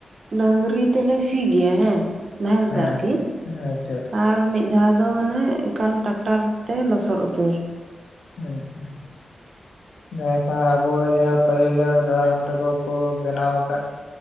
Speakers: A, on the right; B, on the left.
A: ᱰᱟᱝᱨᱤ ᱛᱮᱞᱮ ᱥᱤ ᱜᱤᱭᱟ ᱦᱮᱸ᱾ ᱱᱟᱦᱮᱞ ᱛᱮ ᱟᱨᱠᱤ
B: ᱟᱪᱪᱷᱟ ᱟᱪᱪᱷᱟ
A: <inaudible> ᱟᱨ ᱢᱤᱫ ᱫᱷᱟᱣ ᱫᱚ ᱢᱟᱱᱮ ᱮᱠᱟᱞ ᱴᱟᱠᱴᱟᱨ ᱛᱮ ᱞᱚᱥᱚᱫ ᱩᱛᱟᱹᱨ᱾
B: ᱟᱪᱪᱷᱟ᱾ ᱱᱮᱭ ᱴᱟᱜ ᱟᱵᱚ ᱡᱟᱦᱟᱸ ᱯᱟᱹᱦᱤᱞᱟ ᱫᱟᱫᱟᱦᱟᱲᱟᱢ ᱛᱟᱠᱚ ᱠᱚ ᱵᱮᱱᱟᱣ ᱟᱠᱟᱫ